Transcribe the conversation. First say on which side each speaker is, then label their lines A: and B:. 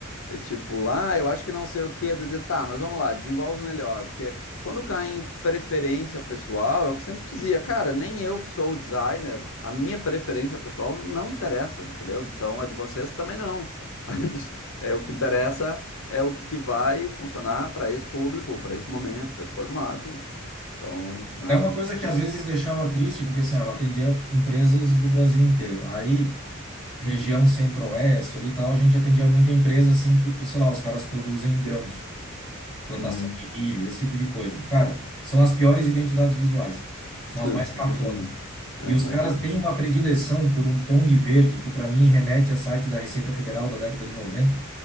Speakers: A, on the left (about 65°); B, in the centre.
A: é tipo, ah, eu acho que não sei o quê, dizer, tá, mas vamos lá, desenvolve melhor, porque quando cai em preferência pessoal, é o que eu sempre dizia, cara, nem eu que sou o designer, a minha preferência pessoal não interessa, entendeu? Então a de vocês também não. <laughs> A gente- É o que interessa, é o que vai funcionar para esse público, para esse momento, para esse formato. Então, né?
B: Até uma coisa que às vezes deixava triste, porque assim, ó, eu atendia empresas do Brasil inteiro. Aí região centro-oeste ali e tal, a gente atendia muita empresa assim que, sei lá, os caras produzem grãos, plantação
A: Uhum.
B: de milho, esse tipo de coisa. Cara, são as piores identidades visuais, são
A: <laughs>
B: as mais cafonas.
A: Imagino. É,
B: E
A: imagino.
B: os caras têm uma predileção por um tom de verde que para mim remete a site da Receita Federal da década de noventa